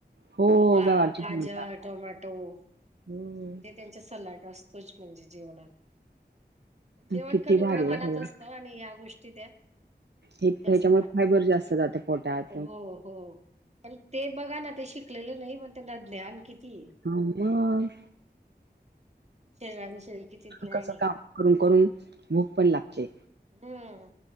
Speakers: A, on the right (about 80°); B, on the right (about 40°).
A: हो
B: मुळा,
A: गवारची
B: गाजर,
A: पोळी
B: टोमॅटो म्हणजे
A: हो
B: त्यांच्या सलाड असतोच म्हणजे जेवणात, जेवण
A: किती
B: कमी
A: भारी
B: प्रमाणात
A: आहे खरं
B: असत हो आणि या गोष्टी त्या
A: हे
B: जास्त
A: ह्याच्यामुळ
B: खात
A: फायबर जास्त जातात पोटात.
B: हो हो, पण ते बघा ना ते शिकलेलं नाही पण त्यांना ज्ञान किती ये.
A: हा मंग.
B: शरीरा विषयी किती ज्ञान
A: कसं
B: आहे.
A: काम करून करून, भूक पण लागते.
B: हम्म,